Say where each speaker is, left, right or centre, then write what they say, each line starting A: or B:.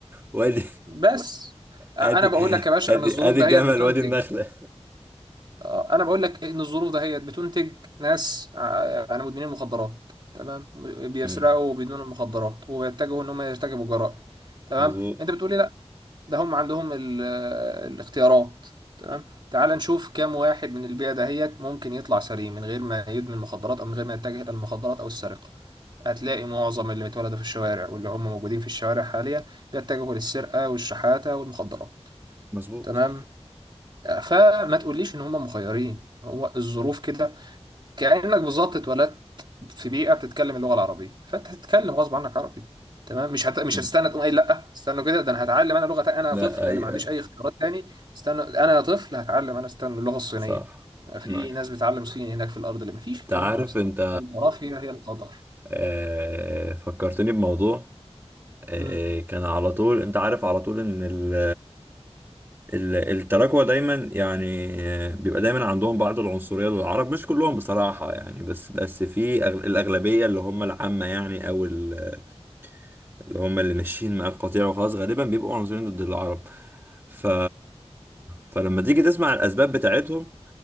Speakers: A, on the right (about 20°); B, on the right (about 40°).
A: وادي
B: بس آه،
A: ادي
B: أنا بقول لك يا باشا
A: ادي
B: إن الظروف
A: ادي
B: ده
A: الجمل
B: هي بتنتج
A: وادي النخلة
B: آه، أنا بقول لك إن الظروف ده هي بتنتج ناس آه، أنا مدمنين مخدرات تمام بيسرقوا
A: مم.
B: بدون المخدرات وبيتجهوا إن هم يرتكبوا جرائم تمام
A: مظبوط
B: أنت بتقولي لا ده هم عندهم ال- آه، الاختيارات تمام تعال نشوف كام واحد من البيئة دهيت ممكن يطلع سليم من غير ما يدمن مخدرات او من غير ما يتجه الى المخدرات او السرقة هتلاقي معظم اللي بيتولدوا في الشوارع واللي هم موجودين في الشوارع حاليا بيتجهوا للسرقة والشحاتة والمخدرات
A: مظبوط
B: تمام آه، فما تقوليش ان هم مخيرين هو الظروف كده كأنك بالظبط اتولدت في بيئة بتتكلم اللغة العربية فانت هتتكلم غصب عنك عربي تمام مش هت... مش
A: مم.
B: هتستنى تقوم قايل لا استنوا كده ده انا هتعلم انا لغة تانية انا
A: لا
B: يا طفل
A: ايوه
B: اللي ما عنديش
A: أيوة.
B: اي اختيارات تاني استنوا انا يا طفل هتعلم انا استنى اللغة الصينية
A: صح
B: في
A: معك حق.
B: ناس بتعلم صيني هناك في الارض اللي ما فيش
A: انت
B: الكلام
A: عارف
B: ده يا اسطى
A: انت
B: الجغرافيا هي القدر
A: آه، فكرتني بموضوع آه،
B: امم
A: كان على طول انت عارف على طول ان ال ال- التراكوة دايما يعني آه، بيبقى دايما عندهم بعض العنصرية للعرب مش كلهم بصراحة يعني بس بس في أغ- الأغلبية اللي هم العامة يعني أو ال- اللي هم اللي ماشيين مع القطيع وخلاص غالبا بيبقوا عنصريين ضد العرب ف فلما تيجي تسمع الأسباب بتاعتهم